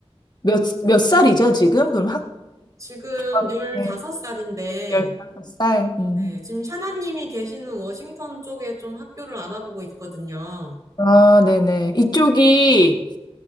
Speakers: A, on the left; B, on the right.
A: 몇, 몇 살이죠, 지금? 그럼 학,
B: 지금
A: 중학,
B: 15살인데,
A: 네, 15살. 음.
B: 네, 지금 샤나님이 계시는 워싱턴 쪽에 좀 학교를 알아보고 있거든요.
A: 아, 네네. 이쪽이,